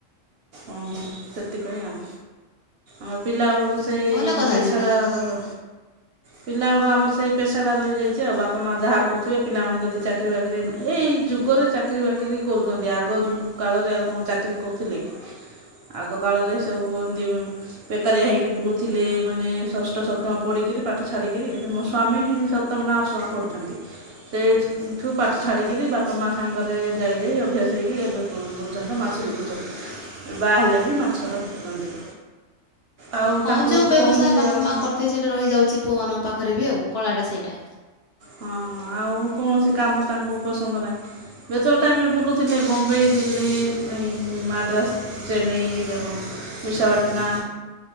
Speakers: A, on the right (about 60°); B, on the left (about 65°).
A: ଓହୋ, ସେଥିପାଇଁ ଆଉ। ଆଉ ପିଲାବେଳୁ ସେଇ
B: ଭଲ କଥା
A: ପେସାଟା
B: ଦିଦି
A: ଆମର ପିଲାବେଳୁ ଆମର ସେଇ ପେସାଟା ରହିଯାଇଛି ଆଉ ବାପା ମାଆ ଯାହା କରୁଥିବେ ପିଲାମାନେ ଯଦି ଚାକିରି ବାକିରି ଏଇ ଯୁଗରେ ଚାକିରୀ ବାକିରି କରୁଛନ୍ତି। ଆଗ ଯୁ--କାଳରେ ଆଉ କଣ ଚାକିରୀ କରୁଥିଲେ କି? ଆଗ କାଳରେ ସବୁ ଏମିତି ଉନ୍ ବେକାରିଆ ହେଇକି ବୁଲୁଥିଲେ ମାନେ ଷଷ୍ଠ ସପ୍ତମ ପଢିକିରି ପାଠ ଛାଡିକିରି, ଏବେ ମୋ ସ୍ଵାମୀ ସ ସପ୍ଟମ ନା ଅଷ୍ଟମ ପଢିଛନ୍ତି। ସେଇଠୁ ପାଠ ଛାଡିକିରି ବାପା ମା ସାଙ୍ଗରେ ଯାଇ ଯାଇ ଅଭ୍ୟାସ ହେଇକି ଏବେ କଣ କରୁଛନ୍ତି ନା, ମାଛ ବିକୁଛନ୍ତି। ବାହାହେଲେ ବି ମାଛ ବିକୁଛନ୍ତି। ଆଉ
B: ହଁ
A: ତାଙ୍କର
B: ଯେଉଁ ବ୍ୟବସାୟ
A: କୌଣସି
B: ବାପା
A: ଆଉ
B: ମାଆ କରିଥିବେ ସେଇଟା ରହିଯାଉଛି ପୁଅମାନଙ୍କ ପାଖରେ ବି ଆଉ କଳାଟା ସେଇଟା।
A: ହଁ ଆଉ କୌଣସି କାମ ତାଙ୍କୁ ପସନ୍ଦ ନାହିଁ। ବେଚର ଟାଇମ୍ ରେ ବୁଲୁଥିଲେ ବମ୍ବେଇ, ଦିଲ୍ଲୀ, ଏ ମାଡ୍ରାସ୍। ଟ୍ରେନିଂ ଯିବାକୁ ବିଶାଖାପାଟନା